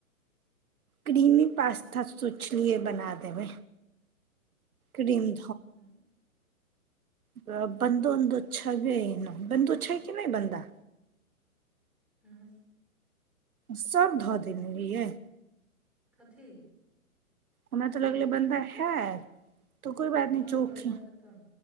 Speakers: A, on the right (about 80°); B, in the centre.
A: क्रीमी पास्ता सोचलिए बना देबै क्रीम।
B: हँ।
A: त बन्दो अ छैबे बन्दो छै कि नहि बन्दा।
B: हँ।
A: सभ ध देने रहियै।
B: कथी।
A: हमरा त लगले बंबई है। तो कोई बात न
B: नहि
A: चोखी
B: बन्दा खतम